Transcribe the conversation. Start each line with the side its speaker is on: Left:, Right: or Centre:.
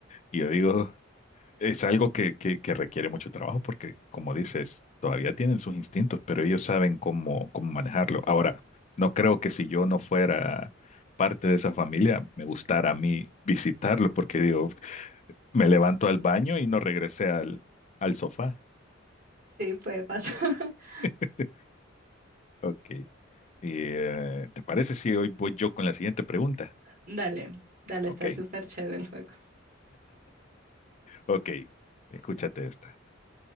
Left: Y yo digo, Es algo que, que, que requiere mucho trabajo porque, como dices, todavía tienen sus instintos, pero ellos saben cómo, cómo manejarlo. Ahora, no creo que si yo no fuera parte de esa familia, me gustara a mí visitarlo porque digo, me levanto al baño y no regresé al, al sofá.
Right: Sí, puede pasar. <laughs>
Left: <laughs> Ok. Y, eh, ¿te parece si hoy voy yo con la siguiente pregunta?
Right: Dale, dale,
Left: Ok,
Right: está súper chévere el juego.
Left: ok. Escúchate esta.